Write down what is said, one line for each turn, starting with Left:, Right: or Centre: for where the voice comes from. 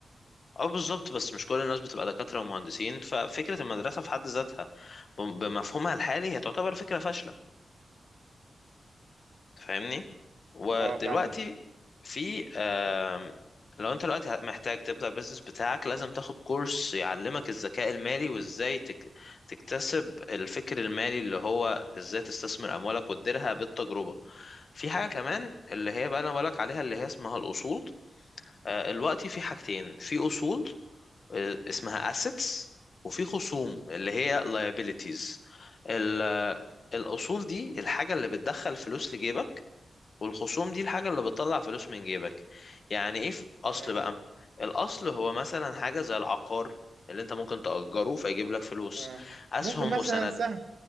Left: اه بالظبط بس مش كل الناس بتبقى دكاترة ومهندسين ففكرة المدرسة في حد ذاتها بم- بمفهومها الحالي هي تعتبر فكرة فاشلة فاهمني ودلوقتي
Right: اه فاهمك
Left: في آم، لو انت دلوقتي محتاج تبدأ البيزنس بتاعك لازم تاخد كورس يعلمك الذكاء المالي وازاي تك- تكتسب الفكر المالي اللي هو ازاي تستثمر اموالك وتديرها بالتجربة في حاجة كمان اللي هي بقى انا بقولك عليها اللي هي اسمها الاصول آه، دلوقتي في حاجتين في اصول آه، اسمها assets وفي خصوم اللي هي liabilities ال- الأصول دي الحاجة اللي بتدخل فلوس لجيبك والخصوم دي الحاجة اللي بتطلع فلوس من جيبك يعني ايه في أصل
Right: اه
Left: بقى الأصل هو مثلا حاجة زي العقار اللي انت ممكن تأجره فيجيب لك فلوس
Right: اه
Left: أسهم
Right: ممكن مثلا
Left: وسند
Right: سهم